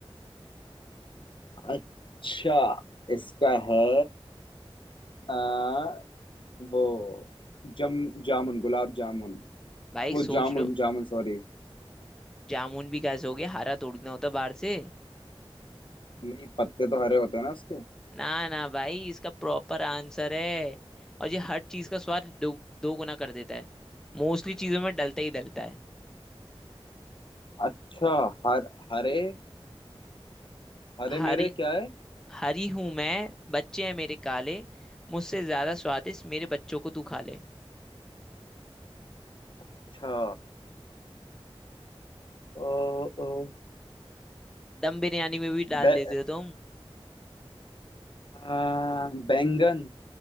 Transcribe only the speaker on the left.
अच्छा इसका है आ, वो जम जामुन गुलाब जामुन
वो
जामुन
जामुन सॉरी
नहीं पत्ते तो हरे होते हैं ना उसके
अच्छा हर हरे हरे
मेरे क्या है
अच्छा ओ, ओ,
बे,
आ, बैंगन